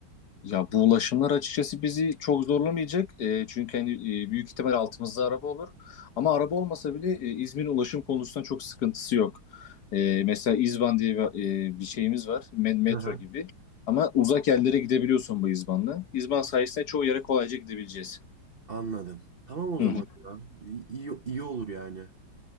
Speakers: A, on the left; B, on the right.
A: Ya bu ulaşımlar açıkçası bizi çok zorlamayacak. E, çünkü hani e, büyük ihtimal altımızda araba olur. Ama araba olmasa bile e, İzmir'in ulaşım konusunda çok sıkıntısı yok. E, mesela İzban diye bir, e, bir şeyimiz var. Me- Metro
B: Hı hı.
A: gibi. Ama uzak yerlere gidebiliyorsun bu İzban'la. İzban sayesinde çoğu yere kolayca gidebileceğiz.
B: Anladım. Tamam o
A: Hı
B: zaman
A: hı.
B: ya. İyi, iyi, iyi olur yani.